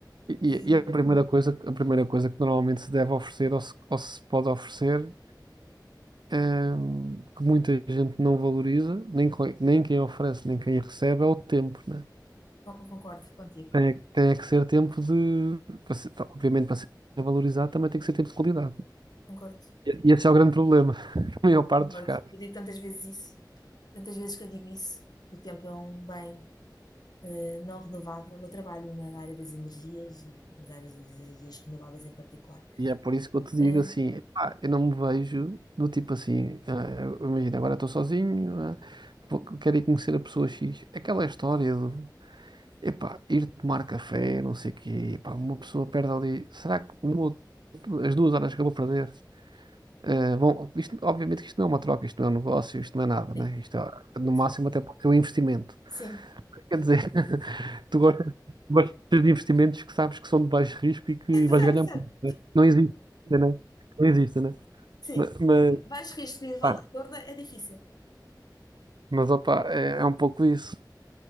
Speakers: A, on the right; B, on the left.
A: E,
B: E
A: e a primeira coisa, a primeira coisa que normalmente se deve oferecer ou se, ou se pode oferecer hum, que muita gente não valoriza, nem, co- nem quem oferece, nem quem recebe, é o tempo, né?
B: con- concordo contigo,
A: Tem, é- tem é que ser tempo de. para ser- tá, obviamente, para ser valorizado, também tem que ser tempo de qualidade.
B: concordo,
A: E e esse é o grande problema, <laughs> na maior parte
B: concordo.
A: dos casos.
B: Eu digo tantas vezes isso, tantas vezes que eu digo isso, que o tempo é um bem eh, não renovável. Eu trabalho na área das energias e nas áreas das energias renováveis em particular.
A: E é por isso que eu te digo
B: Eh,
A: assim: pá, eu não me vejo do tipo assim, ah, eu- imagina, agora estou sozinho, ah, vou- quero ir conhecer a pessoa X. Aquela história de. Epá, ir tomar café, não sei o quê, epá, uma pessoa perde ali. Será que uma ou as duas horas que eu vou perder. Eh, bom, isto- obviamente que isto não é uma troca, isto não é um negócio, isto não é nada, né?
B: sim,
A: Isto é, no máximo
B: sim,
A: até pode ser um investimento.
B: sim.
A: Quer dizer, <laughs> tu gostas, gostas de investimentos que sabes que são de baixo risco e que
B: <laughs> Certo,
A: vais ganhar
B: certo,
A: muito, né? Não existe, né? Não existe, né?
B: sim.
A: Ma- Mas,
B: Vais restringir o
A: pá,
B: lado de retorno, é difícil.
A: mas opa, é, é um pouco isso.